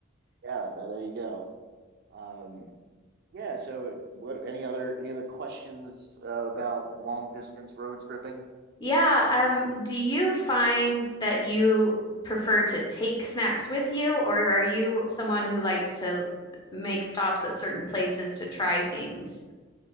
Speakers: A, on the right (about 50°); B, on the left (about 20°).
A: yeah. There, there you go. Um, yeah. So what? Any other any other questions uh, about long distance road tripping?
B: Yeah, um, do you find that you prefer to take snacks with you, or are you someone who likes to make stops at certain places to try things?